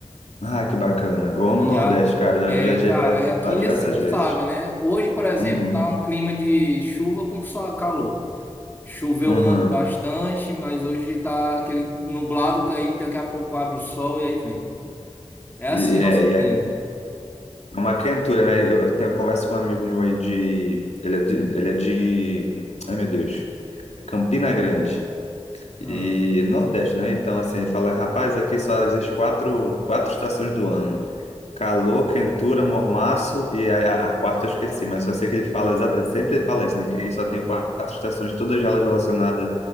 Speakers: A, on the left (about 80°); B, on the left (about 15°).
A: Ah, que bacana. Eu amo
B: E
A: o Nordeste,
B: a,
A: cara. Já
B: é,
A: viajei
B: cara,
A: para
B: é aqui
A: diversas
B: assim, tu
A: vezes.
B: sabe, né? Hoje, por exemplo,
A: Uhum.
B: tá um clima de chuva com sol- calor. Choveu
A: Uhum.
B: ontem bastante, mas hoje tá aquele nublado que aí daqui a pouco abre o sol e aí vem. É assim
A: E,
B: nosso
A: é, e é
B: clima.
A: uma quentura, né? Eu, eu tenho, eu converso com um amigo meu aí de. Ele é de, ele é de. Ai, meu Deus. Campina Grande.
B: Ah,
A: E Nordeste, né? Então, assim, ele fala: rapaz, aqui só existe quatro, quatro estações do ano: calor, quentura, mormaço e a, a, a quarta eu esqueci, mas só sei que ele fala, exa- ele sempre fala isso, né? Que só tem quatro estações, todas elas relacionadas